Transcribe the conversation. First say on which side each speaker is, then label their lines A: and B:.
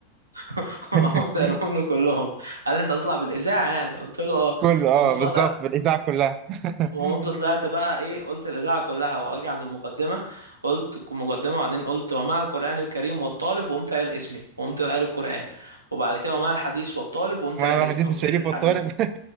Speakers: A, on the right (about 80°); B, on the right (about 35°).
A: <laughs>
B: <laughs>
A: قمت قايلهم له كلهم قال لي أنت هتطلع بالإذاعة يعني قلت له أه
B: كله اه
A: قمت
B: بالظبط
A: طالع
B: بالاذاعه كلها <laughs>
A: وقمت طلعت بقى ايه قلت الاذاعه كلها واجي عند المقدمه قلت المقدمه وبعدين قلت ومع القران الكريم والطالب وقمت قايل اسمي وقمت قايل القران وبعد كده ومع الحديث والطالب وقمت
B: مع
A: قايل اسمي
B: الحديث
A: وقمت
B: الشريف
A: قايل الحديث
B: والطارئ <laughs>